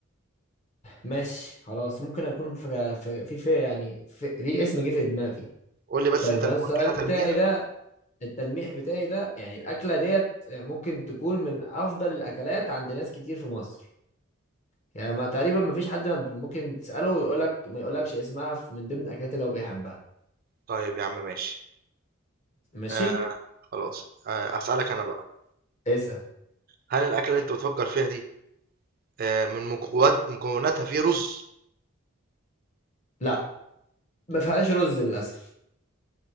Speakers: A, on the left; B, on the right.
A: ماشي خلاص ممكن اكون في في في, في يعني في, في اسم جه في دماغي
B: قُل لي بس
A: طيب
B: أنت
A: انا
B: الأول
A: السؤال
B: كده
A: بتاعي
B: تلميح
A: ده التلميح بتاعي ده يعني الاكله ديت ممكن تكون من افضل الاكلات عند ناس كتير في مصر يعني ما تقريبا ما فيش حد ما بي- ممكن تساله ويقول لك ما يقولكش اسمها في- من ضمن الاكلات اللي هو بيحبها
B: طيب يا عم ماشي.
A: ماشي
B: آآ خلاص، آآ هاسألك أنا بقى،
A: اسال
B: هل الأكلة اللي أنت بتفكّر فيها دي آآ من مكونات مكوناتها في رُز؟
A: لا ما فيهاش رز للاسف